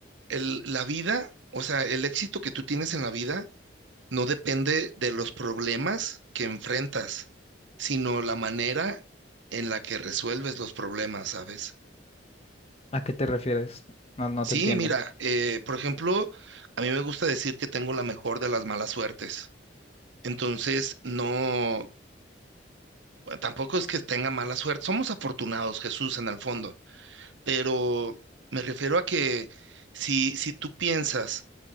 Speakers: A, on the right; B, on the left.
A: el- la vida, o sea, el éxito que tú tienes en la vida no depende de los problemas que enfrentas, sino la manera en la que resuelves los problemas, ¿sabes?
B: ¿A qué te refieres? No, no
A: Sí,
B: te entiendo.
A: mira, eh, por ejemplo, a mí me gusta decir que tengo la mejor de las malas suertes. Entonces, no Bueno, tampoco es que tenga mala suerte. Somos afortunados, Jesús, en el fondo. Pero me refiero a que si, si tú piensas